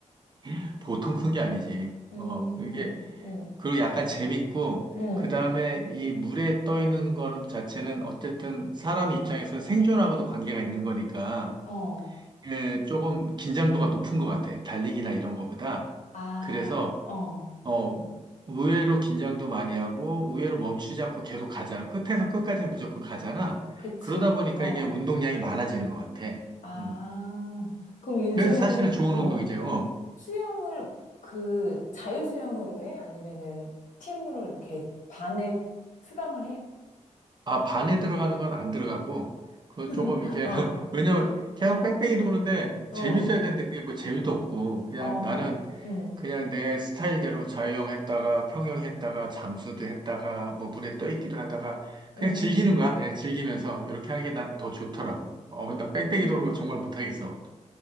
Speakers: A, on the right; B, on the left.
A: <laughs> 보통 큰 게 아니지.
B: 음,
A: 어, 그게,
B: 음,
A: 그리고 약간 재밌고,
B: 음,
A: 그 다음에 이 물에 떠 있는 거는 자체는 어쨌든 사람 입장에서 생존하고도 관계가 있는 거니까,
B: 어,
A: 예, 조금 긴장도가 높은 것 같아. 달리기나 이런 거보다.
B: 아,
A: 그래서,
B: 어,
A: 어, 의외로 긴장도 많이 하고, 의외로 멈추지 않고 계속 가잖아. 끝에서 끝까지 무조건 가잖아.
B: 그치,
A: 그러다 보니까
B: 어,
A: 이게 운동량이 많아지는 것 같아.
B: 아,
A: 음.
B: 그럼 요즘에도,
A: 그래서 사실은 좋은
B: 어,
A: 운동이죠. 어.
B: 수영을 그 자유수영으로 해? 아니면은 팀으로 이렇게 반에 수강을 해?
A: 아, 반에 들어가는 건 안 들어가고, 그거 조금
B: <laughs>
A: 이렇게,
B: 어,
A: <laughs> 왜냐면 계속
B: 어,
A: 뺑뺑이 도는데 재밌어야
B: 어,
A: 되는데 그게 뭐 재미도 없고, 그냥
B: 어,
A: 나는
B: 음,
A: 그냥 내 스타일대로 자유형 했다가 평형 했다가 잠수도 했다가 뭐 물에 떠 있기도 하다가 그냥
B: 음,
A: 즐기는 거야. 그냥 즐기면서 이렇게 하는 게 난 더 좋더라고. 어, 나 뺑뺑이
B: 음.
A: 도는 거 정말 못하겠어.